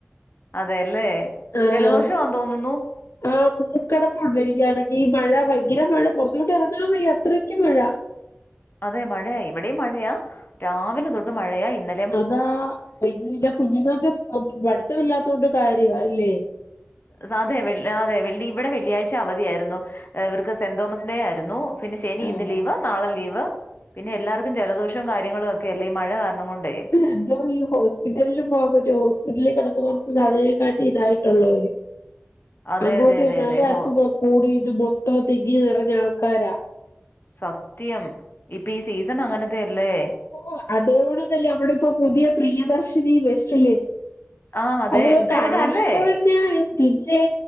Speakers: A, on the left; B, on the left.
A: അതെല്ലേ
B: ആഹ്
A: ജലദോഷമാ തോന്നുന്നു
B: ആ മൂക്കടപ്പ് ഉണ്ട വരികുകയാണെങ്കി ഈ മഴ ഭയങ്കര മഴ പുറത്തോട്ട് ഇറങ്ങാൻ വയ്യ അത്രയ്ക്ക് മഴ
A: അതെ മഴയാ ഇവിടെയും മഴയാ രാവിലെ തൊട്ട് മഴയാ ഇന്ന
B: അതാ പി ന്നെ കുഞ്ഞുങ്ങൾക്ക് പഠിത്തമില്ലാത്ത കൊണ്ട് കാര്യമാ അല്ലേ
A: സാ തെ അതെ വെള്ളി ഇവിടെ വെള്ളിയാഴ്ച അവധിയായിരുന്നു ഇവർക്ക് സെന്റ് തോമസ് ഡേ ആയിരുന്നു പിന്നെ ശനി
B: ആഹ്
A: ഇന്ന് ലീവ് നാളെ ലീവ് പിന്നെ എല്ലാവർക്കും ജലദോഷവും കാര്യങ്ങളും ഒക്കെ അല്ലേ ഈ മഴ കാരണം കൊണ്ടേ
B: എന്തോ ഈ ഹോസ്പിറ്റലിലും പോവാൻ പറ്റോ ഹോസ്പിറ്റലിൽ കിടക്കുന്നവർക്ക് അതിനെക്കാട്ടി ഇതായിട്ടുള്ളര്
A: അതെ
B: അങ്ങോട്ടി
A: അതെ അതെ
B: നല്ല
A: അതെ. ഹോ
B: അസുഖം കൂടിന്ന് മൊത്തം തിങ്ങി നിറഞ്ഞ ആൾക്കാരാ
A: സത്യം ഇപ്പം ഈ സീസൺ അങ്ങനത്തെ അല്ലേ
B: ഓഹ് അതേവോണക്കല്ലേ അവിടെ ഇപ്പോ പുതിയ പ്രിയദർശിനി ബസ്സില്
A: ആ അതെ
B: അപ്പോൾ കാണേണ്ട
A: തിരക്കല്ലേ?
B: തന്നെയ പിന്നെ